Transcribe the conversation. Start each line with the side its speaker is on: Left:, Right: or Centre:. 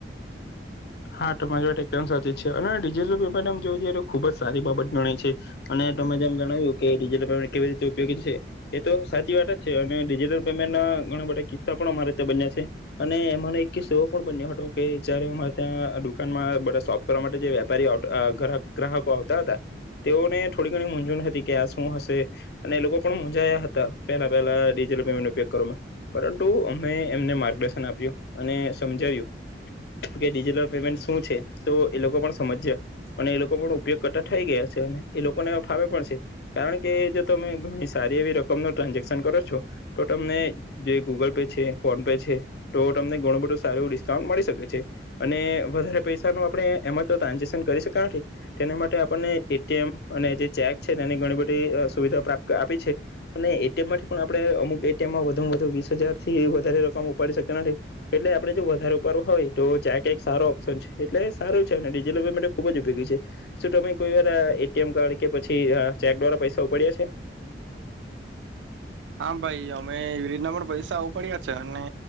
Left: હા, તમારી વાત એકદમ સાચી જ છે અને ડિજિટલ પેમેન્ટ એમ જો છેએ તો ખુબ જ સારી બાબત ગણાય છે. અને તમે જેમ જણાવ્યું કે ડિજટલ પેમેન્ટ કેવી રીતે ઉપયોગી છે એ તો સાચી વાત જ છે. અને ડિજિટલ પેમેન્ટના ઘણા બધા કિસ્સા પણ અમારે બન્યા છે અને એમાંનો એક કિસ્સો એવો પણ બન્યો હતો કે જયારે અમારે. ત્યાં દુકાનમાં બધા શોપ કરવા માટે જે વેપારી ગ્રાહકો આવતા હતા, તેઓને થોડી ઘણી મૂઝવણ હતી કે આ શું હશે, અને એ લોકો પણ મુંજાયા હતા. પેલા પહેલા ડીજિટલ પેમેન્ટ ઉપયોગ કરવામાં. પરંતુ અમે એમને માર્ગદર્શન. આપ્યું અને સમજાવ્યું. કે ડિજિટલ પેમેન્ટ શું છે? તો એ લોકો પણ સમજ્યા અને એ લોકો પણ ઉપયોગ કરતા થઈ ગયા છે. અને એ લોકોને ફાવે પણ છે, કારણ કે જો તમે ઘણી સારી એવી રકમ ન ટ્રાન્ઝેક્શન કરો છો તો તમને જે ગૂગલ પે છે, ફોન પે છે, તો તમને ઘણું બધું સારું એ ડિસ્કાઉન્ટ મળી શકે છે. અને વધારે પૈસા ન આપણે એમાં તો ટ્રાન્ઝેક્શન કરી શકાય નથી, તેના માટે આપણને એટીએમ અને જે ચેક છે. તેની ઘણી બધી સુવિધા પ્રાપ્ત આપી છે. અને એટીએમ થી પણ આપણે અમુક એટીએમમાં વધુ વધુ વીસ હજાર થી વધારે રકમ ઉપાડી શકીએ. એટલે આપડે જો ઉપાડવુ હોય તો ચેક કંઈક સારો ઓપ્શન છે એટલે સારું છે અને ડિજિટલ પેમેન્ટ માટે ખુબ જ ઉપયોગી છે. શું તમે કોઈ વાર એટીએમ કાર્ડ કે પછી ચેક દ્વારા પૈસા ઉપાડ્યા છે?
Right: હા ભાઈ, અમે એવી રીતના પણ પૈસા ઉપાડ્યા છે. અને